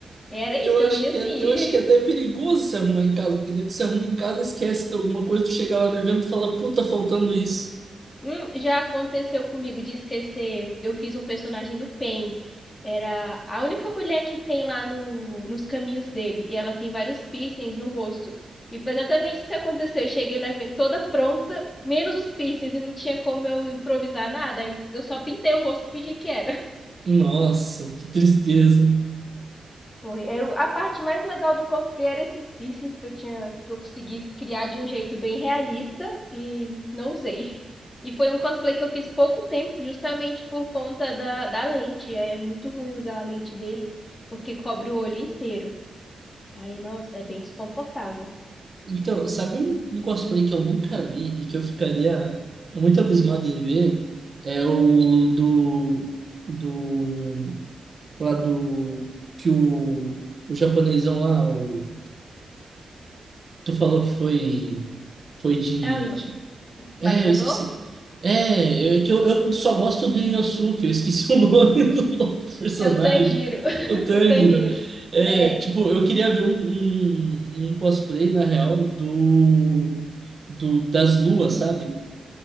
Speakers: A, on the left; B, on the right.
A: Era
B: Eu
A: isso, eu
B: acho
A: ia
B: que
A: assim,
B: é, eu
A: <laughs>
B: acho que é até perigoso se arrumar em casa, porque daí tu se arruma em casa, esquece de alguma coisa, tu chega lá no evento e fala, puta, tá faltando isso.
A: Hum, já aconteceu comigo de esquecer. Eu fiz um personagem do Pen. Era a única mulher que tem lá no, nos caminhos dele. E ela tem vários piercings no rosto. E foi exatamente isso que aconteceu. Eu cheguei no evento toda pronta, menos os piercings. E não tinha como eu improvisar nada. Aí Eu só pintei o rosto e fingi que era.
B: Nossa, que tristeza.
A: Foi. Era o- a parte mais legal do cosplay era esses piercings que eu tinha, que eu consegui criar de um jeito bem realista e não usei. E foi um cosplay que eu fiz pouco tempo, justamente por conta da, da lente. É muito ruim usar a lente dele, porque cobre o olho inteiro. Aí, nossa, é bem desconfortável.
B: Então, sabe um, um cosplay que eu nunca vi e que eu ficaria muito abismado em ver? É o do, do, lá do, que o, o japonesão lá, o, tu falou que foi, foi de,
A: Ah, o emba-
B: de É,
A: embaixador?
B: eu esqueci. É, eu, é que eu, eu só gosto do Inosuke, eu esqueci <laughs> o nome do outro personagem,
A: É o Tanjiro. <laughs>
B: o Tanjiro.
A: O Tanjiro.
B: É,
A: É.
B: tipo, eu queria ver um, um, um cosplay, na real, do, do das luas, sabe?